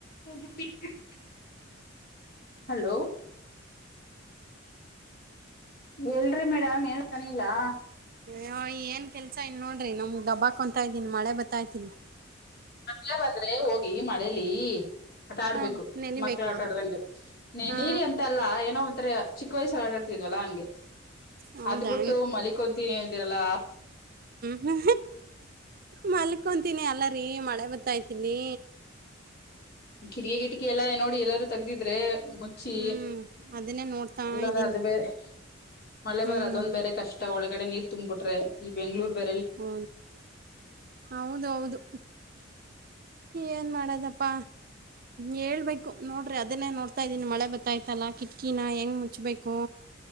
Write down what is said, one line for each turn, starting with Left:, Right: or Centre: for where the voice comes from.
Left: ಹೋಗಿ ಮುಟ್ಟಿದ್ದೆ ಹಲೋ ಹೇಳ್ರಿ ಮೇಡಮ್ ಏನು ಹೇಳ್ತಾ ಇಲ್ಲಾ
Right: ಹ ಏನ್ ಕೆಲ್ಸ ಇನ್ ನೋಡ್ರಿ ನಮ್ಗ್ ಡಬಾಕೊಂತಾ ಇದ್ದೀನಿ ಮಳೆ ಬರ್ತಾಾಯತೀನಿ
Left: ಮೆ ಬಂದ್ರೆ ಹೋಗಿ ಮಳೇಲಿ ಆಟ ಆಡ್ಬೇಕು
Right: ಹ ನೆನಿಬೇಕಾ
Left: ಮಕ್ಳ ಆಟ ಆಡ್ದಂಗ ನೀ
Right: ಹಾ
Left: ನೀರಿ ಎಂತಲ್ಲ ಏನೋ ಒಂತ್ರ ಚಿಕ್ಕ ವಯಸ್ಸ ಹರಟಾಡ್ತಿದ್ವಲ್ಲಾ ಹಂಗೆ
Right: ಹೌದಾ
Left: ಅದ್ಬಿಟ್ಟು ಮಲಿಕ್ ಹೊಂತೀನಿ ತೀರಲ್ಲ
Right: ಹೂ ಮಲ್ಕೊಂತೀನಿ ಅಲ್ಲ ರೀ ಮಳೆ ಬತ್ತ ಗತಾಯತಿಲ್ಲಿ
Left: ಕಿಟಕಿ ಕಿಟಕಿ ಎಲ್ಲಾ ನೋಡಿ ಎಲ್ಲಾರೂ ತಗ್ದಿದ್ರೆ ಮುಚ್ಚಿ
Right: ಹ್ಮ್ ಅದನ್ನೇ ನೋಡ್ತಾ
Left: ಇಲ್ಲಾಂದ್ರೆ
Right: ಇದ್ದೀನಿ
Left: ಅದು ಬೇರೆ ಮಳೆ
Right: ಹ್ಮ್
Left: ಬಂದ್ರೆ ಅದೊಂದ ಬೇರೆ ಕಷ್ಟ ಒಳಗ ಕಡೆ ನೀರ್ ತುಂಬ ಬಿಟ್ರೆ ಈ ಬೆಂಗಳೂರ್ ಬ
Right: ಹೂ ಹೌದು ಹೌದು ಏನ್ ಮಾಡದಪ್ಪ
Left: ಹ್
Right: ಹೇಳ್ಬೇಕು ನೋಡ್ರಿ ಅದನ್ನೇ ನೋಡ್ತಾ ಇದ್ದೀನಿ ಮಳೆ ಬತ್ತಾಯ್ತಲ್ಲ ಕಿಟ್ಕಿನ ಹೆಂಗ್ ಮುಚ್ಚಬೇಕು